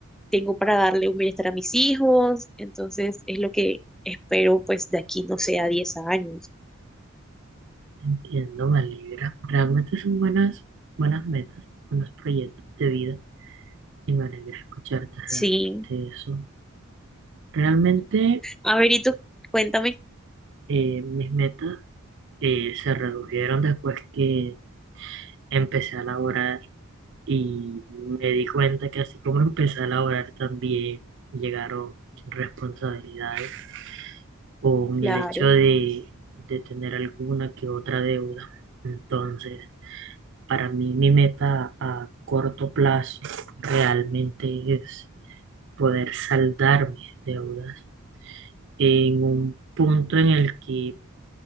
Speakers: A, in the centre; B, on the right.
A: tengo para darle un bienestar a mis hijos, entonces es lo que espero pues de aquí, no sé, a 10 años,
B: entiendo, me alegra. Realmente son buenas, buenas metas, buenos proyectos de vida. Y me alegra escucharte
A: Sí.
B: realmente eso. Realmente
A: A ver, y tú cuéntame,
B: eh, mis metas eh, se redujeron después que empecé a laborar Y me di cuenta que así como empecé a laborar también llegaron responsabilidades con
A: claro,
B: el hecho de, de tener alguna que otra deuda. Entonces, para mí mi meta a corto plazo realmente es poder saldar mis deudas en un punto en el que